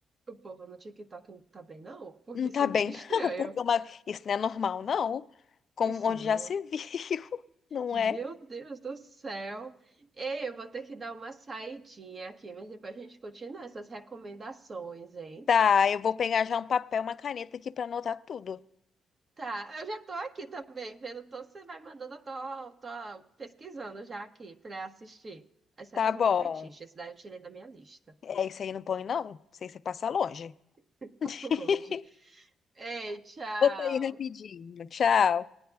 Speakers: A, on the right (about 40°); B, on the left (about 50°).
A: o povo no TikTok não tá bem, não, porque
B: não
A: isso
B: tá
A: é
B: bem
A: muito estranho.
B: <laughs> não, porque uma- isso não é normal não. com
A: Isso
B: onde
A: não.
B: já se
A: é
B: viu, <laughs> não
A: Meu
B: é?
A: Deus do céu. Ei, eu vou ter que dar uma saidinha aqui, mas depois a gente continua essas recomendações, hein?
B: Tá, eu vou pegar já um papel, uma caneta aqui pra anotar tudo.
A: Tá, eu já tô aqui também, vendo tudo que você vai mandando, eu tô, tô pesquisando já aqui pra assistir. Exceto
B: Tá
A: Amor
B: bom.
A: com Fetiche, esse daí eu tirei da minha lista.
B: É isso aí, não põe não. Isso aí você passa longe.
A: <laughs>
B: <laughs>
A: Passo longe. Ei, tchau.
B: Vou sair rapidinho. Tchau.